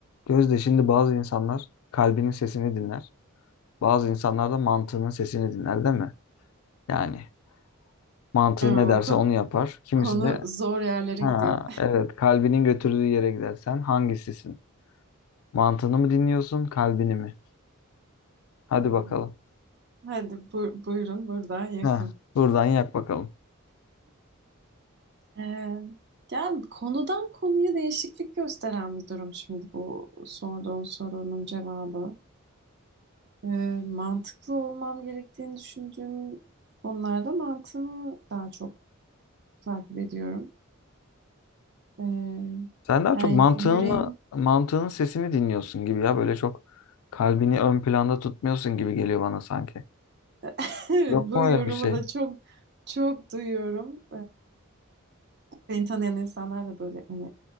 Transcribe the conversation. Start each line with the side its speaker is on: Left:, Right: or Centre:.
Left: Gözde şimdi bazı insanlar kalbinin sesini dinler. Bazı insanlar da mantığının sesini dinler değil mi? Yani mantığı
Right: Aa,
Left: ne derse
Right: O ko-
Left: onu yapar. Kimisi
Right: konu
Left: de
Right: zor yerlere
Left: ha
Right: gidiyor.
Left: evet kalbinin götürdüğü yere gidersen hangisisin? Mantığını mı dinliyorsun, kalbini mi? Hadi
Right: Hmm.
Left: bakalım.
Right: Hadi bu- buyurun buradan yakın.
Left: Ha, buradan yak bakalım.
Right: Ee, yani konudan konuya değişiklik gösteren bir durum şimdi bu sorduğun sorunun cevabı. Ee, mantıklı olmam gerektiğini düşündüğüm konularda mantığımı daha çok takip ediyorum. Ee,
Left: Sen daha
Right: yani
Left: çok mantığını,
Right: yüreğim
Left: mantığının sesini dinliyorsun gibi ya. Böyle çok kalbini ön planda tutmuyorsun gibi geliyor bana sanki.
Right: <laughs>
Left: Yok
Right: bu
Left: mu
Right: yorumu
Left: öyle bir şey?
Right: da çok çok duyuyorum. Beni tanıyan insanlar da böyle hani